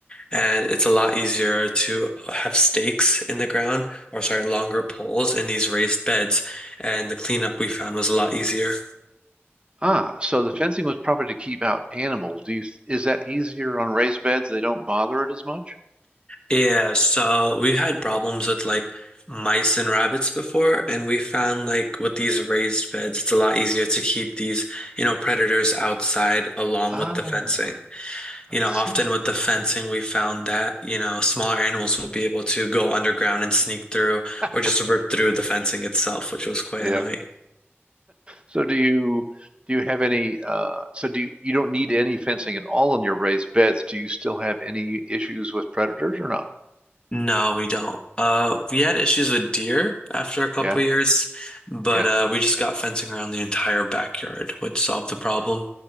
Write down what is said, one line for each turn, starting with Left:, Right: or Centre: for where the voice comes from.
Left: And it's a lot easier to have stakes in the ground, or sorry, longer poles in these raised beds. And the cleanup we found was a lot easier.
Right: Ah, so the fencing was probably to keep out animals. Do you, th- is that easier on raised beds? They don't bother it as much?
Left: Yeah, so we've had problems with like mice and rabbits before, and we found like with these raised beds, it's a lot easier to keep these, you know, predators outside along
Right: Ah,
Left: with the fencing. You
Right: I
Left: know,
Right: see.
Left: often with the fencing, we found that, you know, smaller animals would be able to go underground and sneak through
Right: <laughs>
Left: or just rip through the fencing itself, which was quite
Right: Yeah.
Left: annoying.
Right: So do you do you have any uh so do you, you don't need any fencing at all in your raised beds. Do you still have any issues with predators or not?
Left: No, we don't. Uh, we had issues with deer after a couple
Right: Yeah.
Left: years, but
Right: Yeah.
Left: uh, we just got fencing around the entire backyard, which solved the problem.